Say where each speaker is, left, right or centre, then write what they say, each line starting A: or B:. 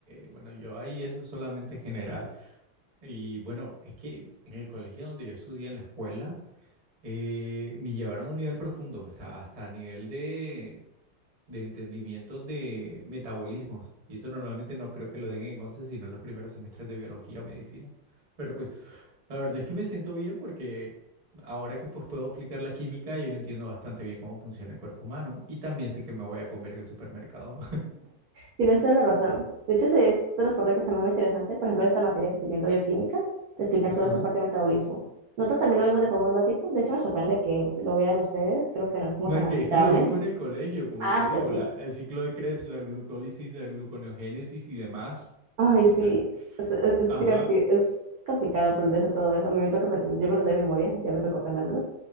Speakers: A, on the right; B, on the right.
A: bueno, yo ahí eso es solamente general. Y bueno, es que en el colegio donde yo estudié, en la escuela, eh, me llevaron a un nivel profundo, o sea, hasta a nivel de de entendimiento de metabolismos. Y eso normalmente no creo que lo den en 11 sino en los primeros semestres de biología o medicina. Pero pues la verdad es que me siento bien porque ahora que pues puedo aplicar la química, yo entiendo bastante bien cómo funciona el cuerpo humano y también sé que me voy a comer en el supermercado.
B: Tienes toda la razón. De hecho, esa es de las partes que se me hace más interesante. Por ejemplo, esta materia que estoy viendo, bioquímica, te explican
A: <laughs> Ajá.
B: toda esa parte de metabolismo. Nosotros también lo vemos de forma muy básica. De hecho, me sorprende que lo vean ustedes. Creo que no es como
A: No,
B: tan
A: es
B: aplicable.
A: que, es que lo vi
B: Aquí.
A: fue en el colegio, como
B: Ah,
A: te digo,
B: pues sí.
A: la, el ciclo de Krebs, la glucólisis, la gluconeogénesis y demás.
B: Ay,
A: Pues,
B: sí.
A: claro.
B: Es, es, es
A: Ajá,
B: divertido. Es complicado aprenderse todo eso. A mí me toca, aprend- yo me lo sé de memoria, ya me tocó aprendérmelo.